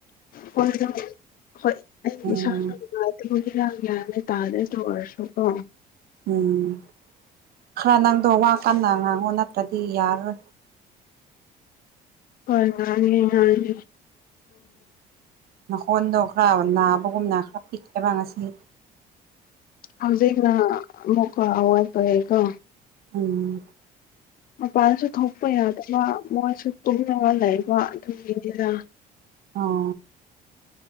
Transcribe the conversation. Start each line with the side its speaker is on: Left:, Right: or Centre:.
Left: ꯍꯣꯏ ꯍꯣꯏ ꯑꯩ
Right: ꯎꯝ
Left: ꯍꯔꯥꯡꯒ ꯇꯥꯔ ꯔꯁꯨ ꯑ
Right: ꯎꯝ ꯈꯔ ꯅꯪꯗꯣ ꯋꯥ ꯀꯟꯅ ꯉꯥꯡꯉꯨ ꯅꯠꯇ꯭ꯔꯗꯤ ꯌꯥꯔꯔꯣꯏ
Left: ꯍꯣꯏ ꯉ ꯉꯅꯤ
Right: ꯎꯝꯣꯟꯗ ꯈꯥ ꯅꯅꯥꯕꯒꯨꯝꯅꯅꯥ ꯈ ꯄꯤꯛꯥꯏꯕꯉꯁꯤ
Left: ꯍꯧꯖꯤꯛꯅ ꯃꯀ ꯑꯋꯥꯏ ꯀꯦꯀ
Right: ꯎꯝ
Left: ꯃꯄꯥꯟꯁꯨ ꯊꯣꯛꯄ ꯌꯥꯗꯕ ꯃꯣꯏꯁꯨ ꯇꯨꯝꯒ ꯕ ꯑꯗꯨꯝꯔ
Right: ꯑꯣ